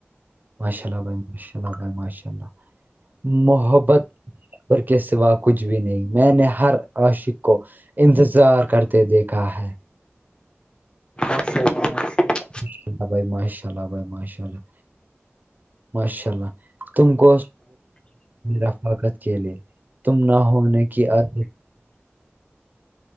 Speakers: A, on the right (about 40°); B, on the left (about 20°).
A: ماشاء اللہ بھائی ماشاء اللہ بھائی ماشاء اللہ محبت پر کے سوا کچھ بھی نہیں میں نے ہر عشق کو انتظار کرتے دیکھا ہے
B: ہ سےر سے <unintelligible> <unintelligible>
A: ماشاءلہ بھائی ماشاء اللہ بھائی ماشاء اللہ ماشاء اللہ تم کو رفاقت کے لی <unintelligible> تم نہ ہونے کی عت